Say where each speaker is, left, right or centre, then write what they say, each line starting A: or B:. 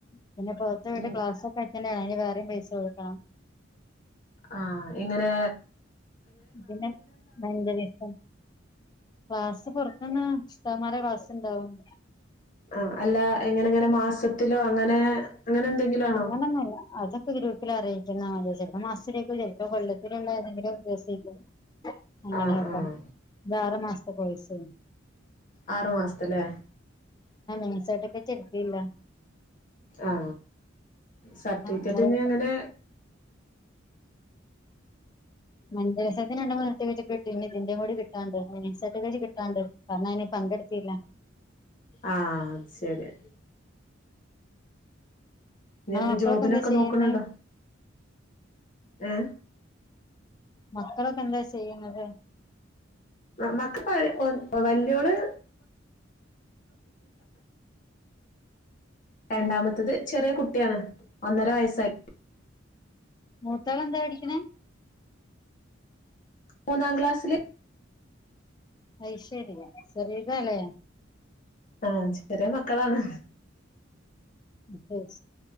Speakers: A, on the left; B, on the left.
A: പിന്നെ പൊറത്ത് പോയിട്ട്
B: ഉം
A: ക്ലാസ്സൊക്കെ അറ്റന്റ് ചെയ്യണം അയിന് വേ റെയും പൈസ കൊടുക്കണം
B: ആ ഇങ്ങനെ
A: പിന്നെ മെന്റലിസം ക്ലാസ്സ്‌ പൊറത്ത്ന്ന് ഉസ്താദ്മാരെ ക്ലാസ്സ്‌ ഉണ്ടാവും
B: ആ അല്ല എങ്ങനെങ്ങനെ മാസത്തിലോ അങ്ങനെ അങ്ങനെ എന്തെങ്കിലും ആണോ
A: അങ്ങനൊന്നല്ല അതൊക്കെ ഗ്രൂപ്പിലറിയും <unintelligible> മാസത്തിലേക്കും ചെലപ്പോ കൊല്ലത്തില്ള്ള ഏതെങ്കിലും ദിവസേക്കും അങ്ങനെയൊക്കൊ
B: ആഹ് ആഹ്
A: ഇതാറ് മാസത്തെ കോഴ്സ്
B: ആറു മാസത്തല്ലേ
A: <unintelligible> <unintelligible>
B: ആ സർട്ടിഫിക്കറ്റ്
A: ഞങ്ങള്
B: ഞ്ഞങ്ങനെ
A: <unintelligible> ഇതിന്റെ കൂടെ കിട്ടാണ്ട് <unintelligible> കിട്ടാണ്ട് കാരണം അയ്ന് പങ്കെടുത്തില്ല
B: ആ അത് ശെരി ഉം
A: നിങ്ങളെ
B: ഇ എന്റെ
A: മക്കളൊക്കെ
B: ജോബിനൊക്കെ
A: എന്താ ചെയ്യുന്നേ
B: നോക്കണണ്ടോ ഏ
A: മക്കളൊക്കെ എന്താ ചെയ്യുന്നത്
B: മക്ക പഴ വല്യോള് രണ്ടാമത്തത് ചെറിയ കുട്ടിയാണ് ഒന്നര വയസൈ
A: മൂത്തള എന്താ പടിക്കണ
B: മൂന്നാം ക്ലാസ്സില്
A: ഐശ്വര്യ ശെറ ഇതല്ലേ
B: ആഹ് ചെറിയ മക്കളാണ്
A: ഉ